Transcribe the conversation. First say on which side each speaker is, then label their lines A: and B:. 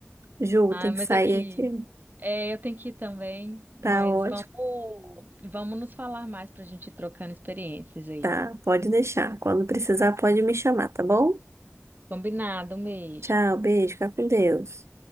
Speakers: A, on the right; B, on the right.
A: Ju,
B: Ah,
A: tem
B: mas
A: que sair
B: aqui,
A: aqui.
B: é, eu tenho que ir também, mas
A: Tá ótimo.
B: vamos, vamos nos falar mais para a gente ir trocando experiências aí.
A: Tá, pode deixar. Quando precisar, pode me chamar, tá bom?
B: Combinado, um beijo.
A: Tchau, beijo, fica com Deus.